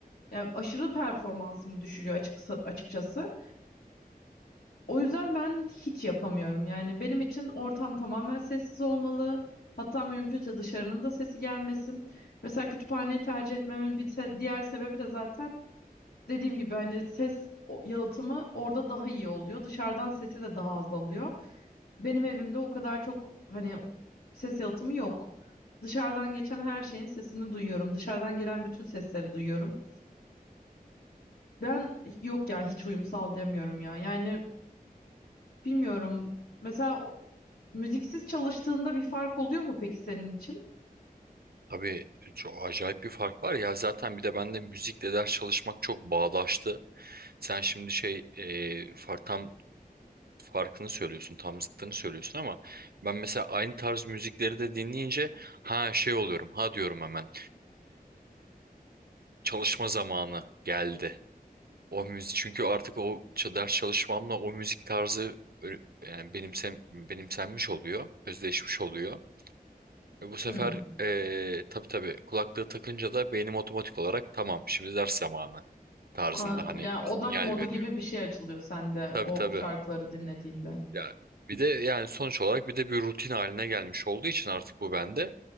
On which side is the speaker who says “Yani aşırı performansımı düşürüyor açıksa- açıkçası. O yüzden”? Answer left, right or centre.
Left